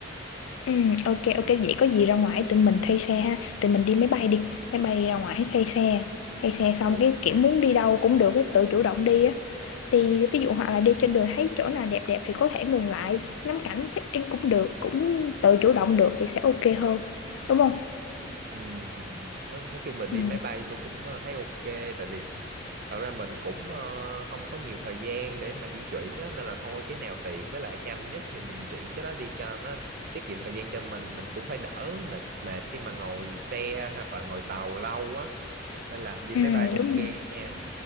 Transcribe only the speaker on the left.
Ừ, ok ok vậy có gì ra ngoài tụi mình thuê xe ha tụi mình đi máy bay đi máy bay ra ngoài thuê xe thuê xe
xong cái kiểu muốn đi đâu cũng được cái tự chủ động đi á đi ví dụ hoặc là đi trên đường thấy chỗ nào đẹp đẹp thì có thể ngừng lại ngắm cảnh check in cũng được cũng tự chủ động được thì sẽ ok hơn đúng không
ừ,
ừ
đúng rồi